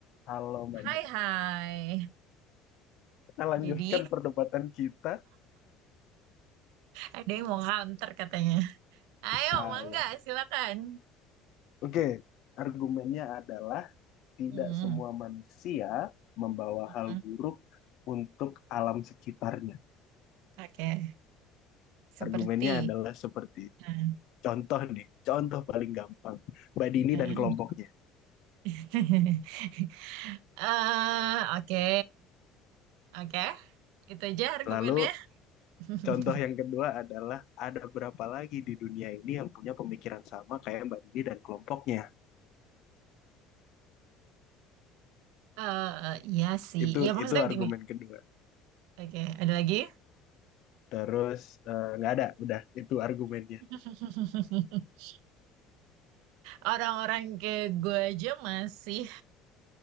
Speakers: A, on the left; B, on the right.
A: Halo Mbak
B: Hai
A: Dini.
B: hai.
A: Kita lanjutkan
B: Jadi
A: perdebatan kita.
B: ada yang mau counter katanya. Ayo,
A: Ah,
B: mangga,
A: ya.
B: silakan.
A: Oke, argumennya adalah tidak
B: Hmm,
A: semua manusia membawa
B: hmm,
A: hal buruk untuk alam sekitarnya.
B: Oke. Seperti.
A: Argumennya adalah seperti itu.
B: Hmm,
A: contoh nih, contoh paling gampang. Mbak Dini
B: hmm.
A: dan kelompoknya.
B: <laughs> Eh, oke. Oke. Itu aja argumennya.
A: Lalu
B: <laughs>
A: contoh yang kedua adalah ada berapa lagi di dunia ini yang punya pemikiran sama kayak Mbak Dini dan kelompoknya.
B: Eh, iya sih.
A: Itu
B: Ya maksudnya
A: itu argumen
B: gini.
A: kedua.
B: Oke, ada lagi?
A: Terus eh, nggak ada, udah itu argumennya.
B: <laughs> Orang-orang kayak gue aja masih